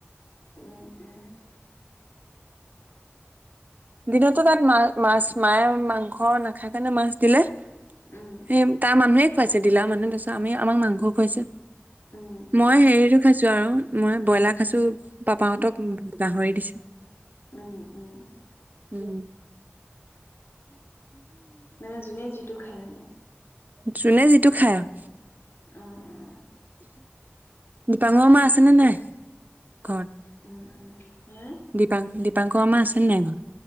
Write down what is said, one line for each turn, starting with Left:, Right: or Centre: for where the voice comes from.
Left: উম উম।
Right: দিনতো তাত মা মাছ মায়ে মাংস নাখাই কাৰণে মাছ দিলে।
Left: উম,
Right: সেই তাৰ মানুহে খুৱাইছে ডিলাৰ' মানুহে তাৰপিছত আমি আমাক মাংস খুৱাইছে।
Left: উম, উম,
Right: মই হেৰিটো খাইছো আৰু মই ব্ৰইলাৰ খাইছো পাপাহতক গাহৰি দিছে।
Left: উম উম।
Right: উম।
Left: মানে যোনে, যিটো খায় মানে।
Right: যোনে যিটো খাই আৰু।
Left: অ', অ',।
Right: ডাঙৰ মা আছে
Left: উম,
Right: নে নাই ঘৰত?
Left: উম, উম, হা
Right: দীপাং দীপাংকৰ আমাৰ আছেনে নাই ঘৰ?